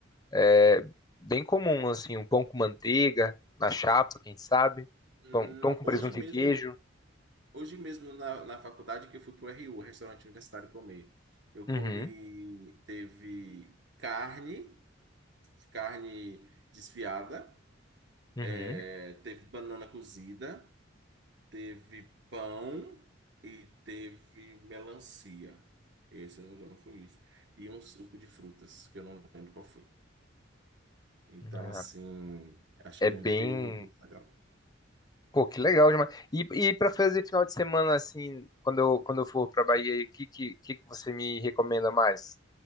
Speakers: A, on the left (about 20°); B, on the right (about 60°).
A: é bem comum, assim, um pão com manteiga, na chapa, quem sabe?
B: Hum,
A: Pão, pão com
B: hoje
A: presunto
B: mesmo
A: e queijo.
B: Hoje mesmo na, na faculdade que eu fui pro RU, restaurante universitário comer. Eu comi,
A: Uhum,
B: teve carne, carne desfiada,
A: uhum.
B: eh, teve banana cozida, teve pão e teve melancia. Esse, se eu não me engano, foi isso. E um suco de frutas, que eu não lembro qual foi. Então,
A: Ah,
B: assim, achei
A: é
B: muito,
A: bem.
B: muito legal.
A: Pô, que legal demais. E, e para fazer final de semana, assim, quando eu, quando eu for pra Bahia, o que, que, que que você me recomenda mais?